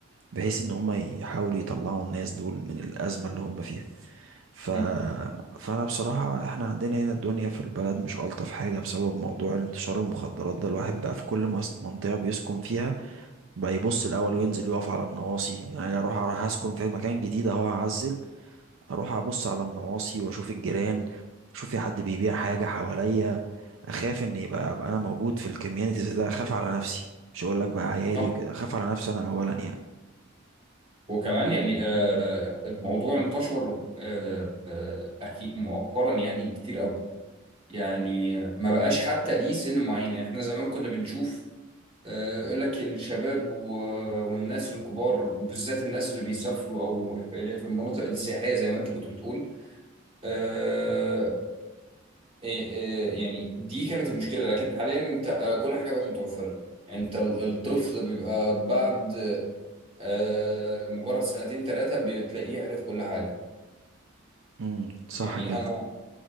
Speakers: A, on the right; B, on the right.
A: بحيث ان هم يحاولوا يطلعوا الناس دول من الازمه اللي هم فيها ف...
B: مم.
A: فانا بصراحه احنا عندنا هنا الدنيا في البلد مش الطف حاجه بسبب موضوع الانتشار المخدرات ده الواحد بقى في كل مس- منطقه بيسكن فيها بقى يبص الاول وينزل يقف على النواصي يعني انا اروح اروح اسكن في مكان جديد اهو هعزل اروح ابص على النواصي واشوف الجيران اشوف في حد بيبيع حاجه حواليا اخاف ان يبقى ابقى انا موجود في الكوميونيتيز ده اخاف على نفسي مش هقول لك بقى عيالي
B: صح
A: وكده اخاف على نفسي انا اولا يعني
B: وكمان يعني آه الموضوع انتشر آه آه أكيد مؤخرا يعني كتير قوي يعني ما بقاش حتى ليه سن معين يعني احنا زمان كنا بنشوف آه، يقول لك الشباب و- والناس الكبار وبالذات الناس اللي بيسافروا او اللي في المناطق السياحيه زي ما انت كنت بتقول آه، إيه- إيه، يعني دي كانت المشكله لكن حاليا انت كل حاجه بقت متوفره انت ال- الطفل بيبقى بعد آه، مجرد سنتين ثلاثه بتلاقيه عرف كل حاجه
A: امم صح
B: يعني
A: كده
B: انا